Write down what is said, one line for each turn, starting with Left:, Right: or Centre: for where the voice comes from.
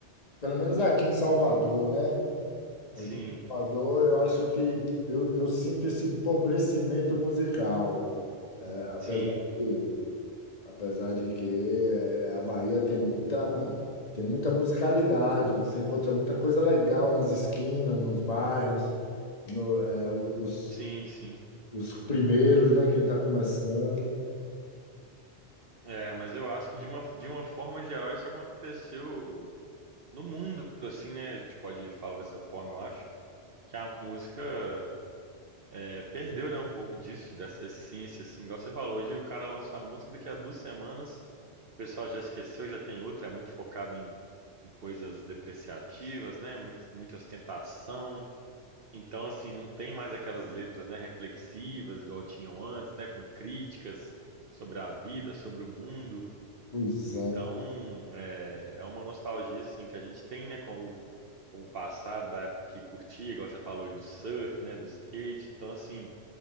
Left: pelo menos aqui em Salvador, né?
Right: Sim,
Left: Aqui em Salvador, eu acho que eu, eu sinto esse empobrecimento musical, é, apesar
Right: sim,
Left: de Apesar de que eh, a Bahia tem muita, tem muita musicalidade, você encontra muita coisa legal nas esquinas, nos bairros, no, eh, o- os,
Right: sim, sim.
Left: os primeiros, né? Quem está começando.
Right: É, mas eu acho que de uma, de uma forma geral isso aconteceu no mundo, assim, né? A gente pode falar dessa forma, eu acho. Que a música é, perdeu, né, um pouco disso, dessa essência, assim. Igual você falou, hoje o cara lança a música, daqui a duas semanas o pessoal já esqueceu, já tem outra, é muito focado em, em coisas depreciativas, né? Muito, muita ostentação. Então, assim, não tem mais aquelas letras, né, reflexivas, igual tinham antes, né? Com críticas sobre a vida, sobre o mundo.
Left: Pois
Right: Então,
Left: é.
Right: é, é uma nostalgia assim que a gente tem, né, com o, com o passado da época que curtia, igual você falou aí do surf, né, do skate. Então, assim,